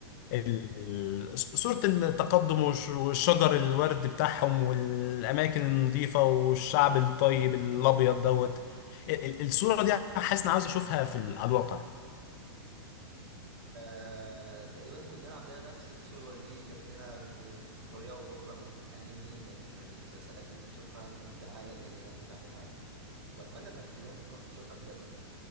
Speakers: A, on the left; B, on the right.
A: ال- صورة التقدم والش- والشجر الورد بتاعهم والأماكن النظيفة والشعب الطيب الأبيض دوت ال- ال- الصورة دي حاسس إني عاوز أشوفها في ال- على الواقع
B: آه، تقريبا كلنا عندنا نفس الصورة دي جات لنا ب- بطريقة أو بأخرى من الأنمي من المسلسلات اللي بنشوفها من الدعاية اللي اليابان بتعملها وأتمنى إنك في يوم تروح تشوفها بجد